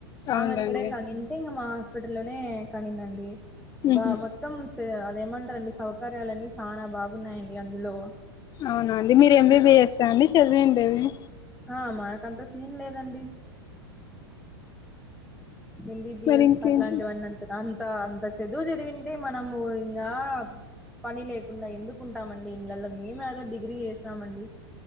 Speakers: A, on the left; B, in the centre.
A: అవునులేండి
B: ఆమె అక్కడే కనింటే ఇంకా మా హాస్పిటల్ లోనే కనిందండి
A: ఉహు
B: బా మొత్తం మొత్తం అదేమంటారండి సౌకర్యలన్నీ చాలా బాగున్నాయండి అందులో
A: అవునండి మీరు ఎంబీబిఎస్ ఆ అండి చదివండేది
B: ఆ మనకంత సీన్ లేదండి ఏంబిబియస్
A: మరి ఇంకేంటి
B: అట్లాంటివన్నీ అంత అంత అంత చదువు చదివింటే మనము ఇంగా పని లేకుండా ఎందుకు ఉంటామండి ఇళ్లలో మేము ఏదో డిగ్రీ చేసినామండి